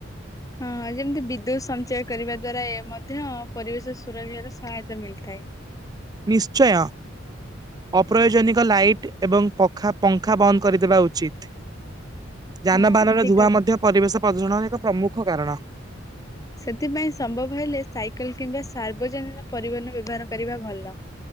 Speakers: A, on the left; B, on the right.
A: ହଁ ଯେମିତି ବିଦ୍ୟୁତ ସଞ୍ଚୟ କରିବା ଦ୍ଵାରା ଏ ମଧ୍ୟ ପରିବେଶ ସୁରକ୍ଷାର ସହାୟତା ମିଳିଥାଏ।
B: ନିଶ୍ଚୟ ଅପ୍ରୟୋଜନିକ ଲାଇଟ୍ ଏବଂ ପାଖା ପଙ୍ଖା ବନ୍ଦ କରିଦେବା ଉଚିତ। ଯାନବାହାନର
A: ହଁ ଠିକ
B: ଧୁଆଁ ମଧ୍ୟ ପରିବେଶ ପ୍ରଦୂଷଣ ଏକ ପ୍ରମୁଖ କାରଣ।
A: ସେଥିପାଇଁ ସମ୍ଭବ ହେଲେ ସାଇକେଲ କିମ୍ବା ସାର୍ବଜନୀନ ପରିବହନ ବ୍ୟବହାର କରିବା ଭଲ।